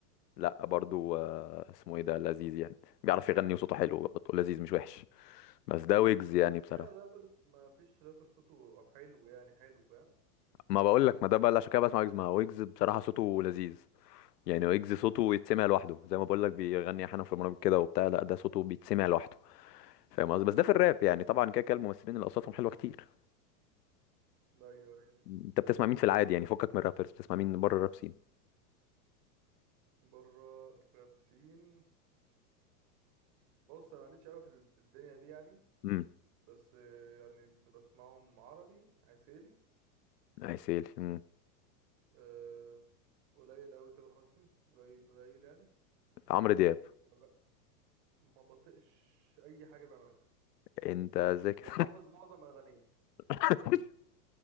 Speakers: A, on the left (about 75°); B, on the right (about 50°).
A: لا برضو آه، اسمه ايه ده لذيذ يعني بيعرف يغني وصوته حلو برضه لذيذ مش وحش بس ده ويجز يعني
B: هو كده
A: بصراحه
B: كده الرابرز ما فيش رابر صوته حلو يعني حلو فاهم
A: ما بقول لك ما ده بقى اللي عشان كده بسمع ويجز ما هو ويجز بصراحه صوته لذيذ يعني ويجز
B: امم
A: صوته يتسمع لوحده زي ما بقول لك بيغني احيانا في برامج كده وبتاع لا ده صوته بيتسمع لوحده فاهم قصدي بس ده في الراب يعني
B: أمم.
A: طبعا كده كده الممثلين اللي اصواتهم حلوه كتير
B: ايوه ايوه
A: انت بتسمع مين في العادي يعني فكك من الرابرز بتسمع مين بره الراب سين
B: بره الرابسين بص انا ماليش قوي في ال- في الدنيا دي يعني
A: امم
B: بس آه، يعني اللي بسمعهم عربي عسيلي
A: عسيل امم
B: أه قليل قوي تامر حسني قليل قليل يعني
A: عمرو دياب
B: ما ب- ما بطقش اي حاجه بعملها
A: انت ازاي كده
B: وحافظ معظم اغانيه
A: <laughs>